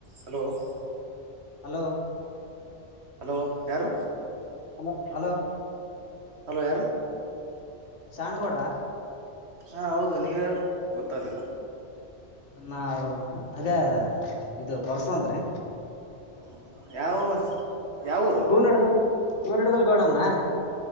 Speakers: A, on the right; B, on the left.
A: Hello ಹ್. <inaudible>
B: Hello
A: hello ಯಾರು
B: hello hello
A: hello ಯಾರು
B: ಶಾಣಗೌಡ್ರ
A: ಹಾಂ ಹೌದು ನೀವ್ ಯಾರು ಗೊತ್ತಾಲಿಲ್ಲ
B: ನಾವು ಅದೇ ಇದು ಪರ್ಸು ಅಂತರಿ
A: ಹೌದು ಯಾವ ಯಾವರು
B: ಕೂನ್ ಹಿಡ್ದಲ್ ಕೂನ್ ಹಿಡದಲ್ ಗೌಡಮ್ನ